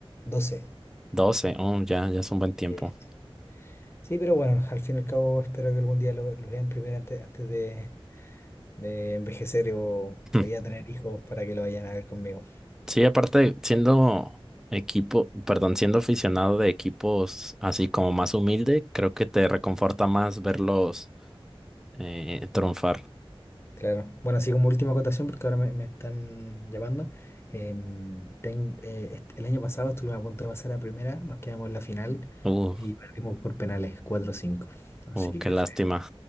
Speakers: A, on the left; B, in the centre.
A: doce
B: Doce, oh, ya, ya es un buen tiempo.
A: Sí, sí, sí. Sí, pero bueno, al fin y al cabo espero que algún día lo, lo vean primero antes, antes de, de envejecer o,
B: <laughs>
A: o ya tener hijos para que lo vayan a ver conmigo.
B: Sí, aparte, siendo equipo, perdón, siendo aficionado de equipos así como más humilde, creo que te reconforta más verlos eh, triunfar.
A: Claro. Bueno, así como última acotación, porque ahora me, me están llamando. em, ten- eh, est- el año pasado estuvimos a punto de pasar a primera, nos quedamos en la final
B: Uh,
A: y perdimos por penales 4 cinco, Así
B: uh, qué
A: que
B: lástima.
A: fue,